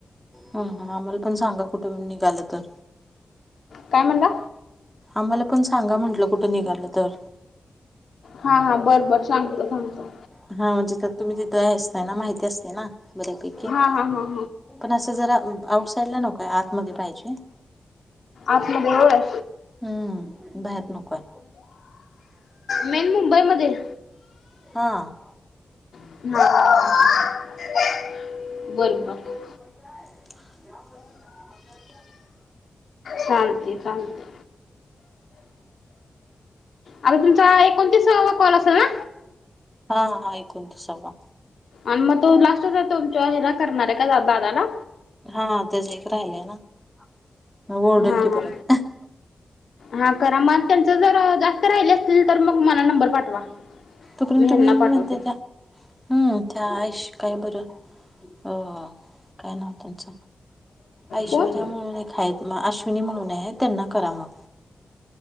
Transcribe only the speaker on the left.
काय म्हणला?
हां हां बर बर सांगतो सांगतो.
हा हां हां
आपल घर.
मेन मुंबईमध्ये.
हां
चालतय चालतय. आता तुमचा एकोणतीसवा कॉल असल ना?
आणि मग तो लास्टचा आहे तो तुमच्या ह्याला करणार आहे का दादाला?
हां
हां
हां करा मग त्यांच जर जास्त राहिले असतील तर मग मला नंबर पाठवा.
मी ह्यांना
पाठवते
कोण